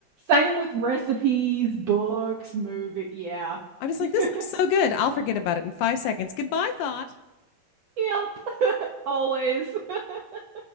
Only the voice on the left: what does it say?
I'm just like, this
looks so good. I'll forget about it in five seconds. Goodbye, thought.